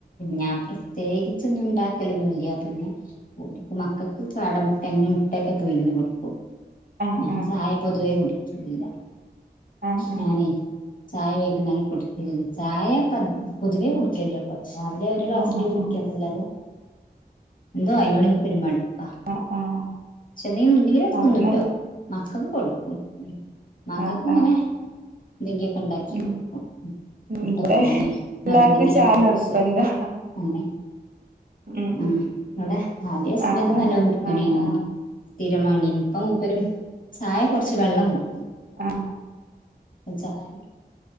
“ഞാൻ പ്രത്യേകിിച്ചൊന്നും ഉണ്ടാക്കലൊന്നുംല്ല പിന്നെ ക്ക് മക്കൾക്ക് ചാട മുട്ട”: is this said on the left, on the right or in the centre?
Left